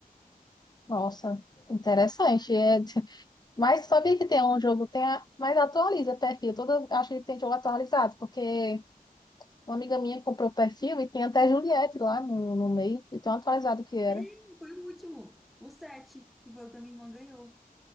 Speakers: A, on the left (about 25°); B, in the centre.
A: Nossa, interessante. É, <laughs> Mas sabia que tem um jogo, tem a, mas atualiza perfil. Toda, acho que tem jogo atualizado, porque uma amiga minha comprou perfil e tem até Juliette lá no, no meio, e tão atualizado que era.
B: Tem, foi o último. O 7, que foi o que a minha irmã ganhou.